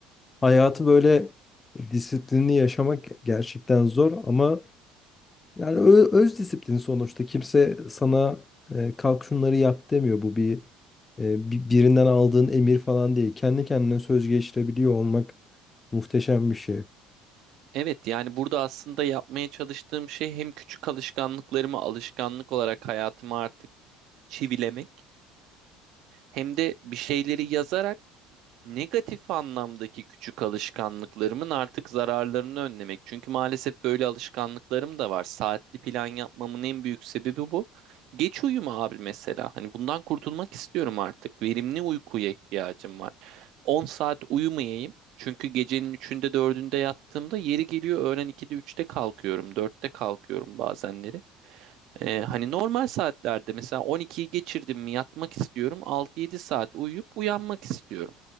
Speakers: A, on the left; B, on the right.
A: hayatı böyle disiplinli yaşamak gerçekten zor ama yani ö- öz disiplin sonuçta. Kimse sana e, kalk şunları yap demiyor. Bu bir e, bi- birinden aldığın emir falan değil. Kendi kendine söz geçirebiliyor olmak muhteşem bir şey.
B: Evet yani burada aslında yapmaya çalıştığım şey hem küçük alışkanlıklarımı alışkanlık olarak hayatıma artık çivilemek hem de bir şeyleri yazarak negatif anlamdaki küçük alışkanlıklarımın artık zararlarını önlemek. Çünkü maalesef böyle alışkanlıklarım da var. Saatli plan yapmamın en büyük sebebi bu. Geç uyuma abi mesela. Hani bundan kurtulmak istiyorum artık. Verimli uykuya ihtiyacım var. 10 saat uyumayayım. Çünkü gecenin üçünde dördünde yattığımda yeri geliyor öğlen 2'de üçte kalkıyorum. dörtte kalkıyorum bazenleri. Ee, hani normal saatlerde mesela 12'yi geçirdim mi yatmak istiyorum. 6-7 saat uyuyup uyanmak istiyorum.